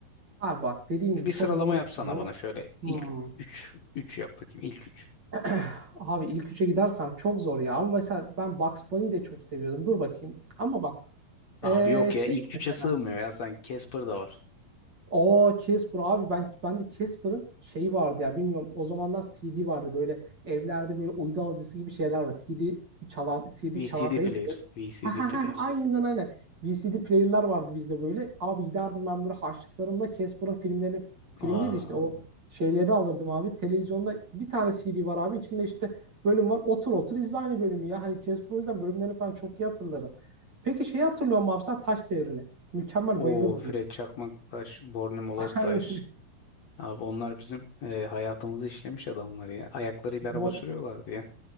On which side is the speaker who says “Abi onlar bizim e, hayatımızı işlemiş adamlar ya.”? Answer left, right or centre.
Left